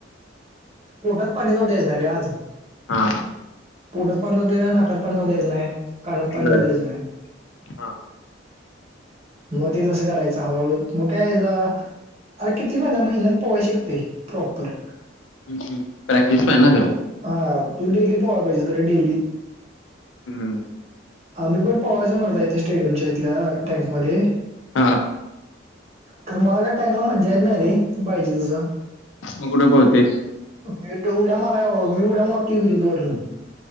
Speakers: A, on the right; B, on the left.
A: पोटात पाणी जाऊ द्यायचं नाही रे आज.
B: हा
A: पोटात पाणी जाऊं द्यायचं नाही. नाकात पाणी जाऊं द्यायचं नाही. कानात पाणी
B: बर
A: जाऊं द्यायचं नाही.
B: हा
A: मगं ते तसं करायचं हळूहळू मगं काय जा, अरे किती महिना, महिन्यात पवायला शिकतंय. प्रॉपर.
B: हम्म हम्म, प्रॅक्टिस पाहिजे ना खरं.
A: हां, तू डेली पोवायला पाहिजे खरं डेली.
B: हम्म.
A: आम्ही पण पोवायच म्हणत आहे. ते स्टेडियमच्या इथल्या टँकमध्ये.
B: हां.
A: खरं मला काय टँकला मज्जा येत नाही रे, पाहिजे तसं.
B: मगं कुठं पोहतेस?
A: म्हणजे मी उड्या माराय ओ, मी उड्या मारतोय विहिरीत वरुण.